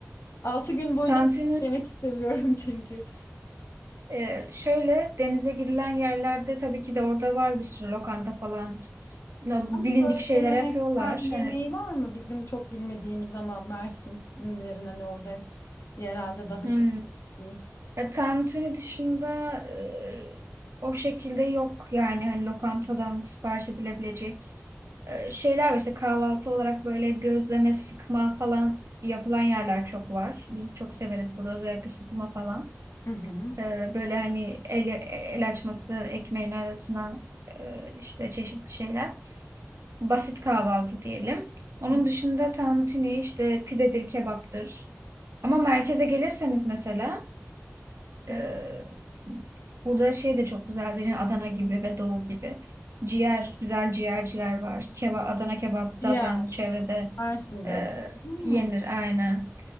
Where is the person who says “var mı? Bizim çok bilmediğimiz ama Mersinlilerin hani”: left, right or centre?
Left